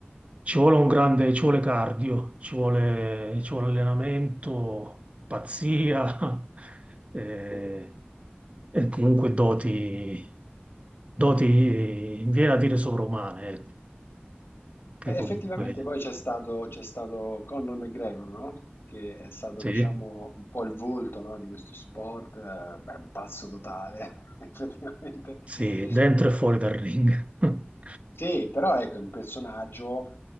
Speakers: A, on the right; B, on the left.
A: ci vuole un grande, ci vuole cardio, ci vuole, ci vuole allenamento, pazzia <laughs> eh, e comunque doti, doti, viene a dire sovrumane, eh, che
B: Beh,
A: comunque
B: effettivamente poi c'è stato c'è stato Conor McGregor, no? Che è stato,
A: sì.
B: diciamo, un po' il volto, no, di questo sport, eh, beh, un pazzo totale, <laughs> effettivamente.
A: Sì, dentro
B: E-
A: e fuori
B: e-
A: dal ring. <laughs>
B: sì, però ecco, è un personaggio